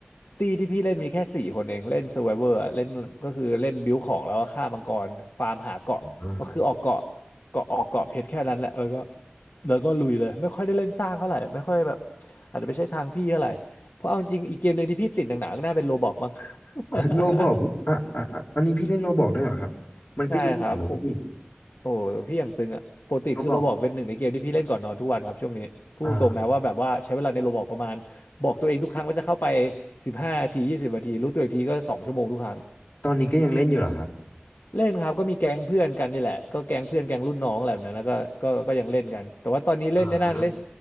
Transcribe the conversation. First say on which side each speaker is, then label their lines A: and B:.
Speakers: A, on the left; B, on the left.
A: ตี้ที่พี่เล่นมีแค่สี่คนเองเล่น Survivor อะเล่นก็คือเล่นบิวของแล้วก็ฆ่ามังกรฟาร์มหาเกาะก็คือออกเกาะ
B: อ
A: เกาะออกเกาะเพชรแค่นั้นแหละแล้วก็แล้วก็ลุยเลยไม่ค่อยได้เล่นสร้างเท่าไหร่ไม่ค่อยแบบอาจจะไม่ใช่ทางพี่เท่าไหร่เพราะเอาจริงอีกเกมหนึ่งที่พี่ติดหนักๆก็น่าเป็นโรบอกมั้ง <laughs>
B: ๋อโลบอกพี่อ่ะอ่ะอะอันนี้พี่เล่นโลบอกด้วยเหรอครับ มันก็อยู่เหมือนพี่
A: ใช่ครับโหโอ้โหพี่อย่างตึงอะปกติคือโรบอกเป็นหนึ่งในเกมที่พี่เล่นก่อนนอนทุกวันครับช่วงนี้พูดตรงๆนะว่าแบบว่าใช้เวลาในโรบอกประมาณบอกตัวเองทุกครั้งว่าจะเข้าไป
B: โลบอกอ่า
A: สิบห้านาทียี่สิบนาทีรู้ตัวอีกทีก็สองชั่วโมงทุกครั้ง
B: ตอนนี้ก็ยังเล่นอยู่เหรอครับ
A: เล่นครับก็มีแก๊งเพื่อนกันนี่แหละก็แก๊งเพื่อนแก๊งรุ่นน้องอะไรแบบนั้นแล้วก็ก็ก็ยังเล่นกันแต่ว่าตอนนี้เล่นในนั่นเล่น
B: อ๋อ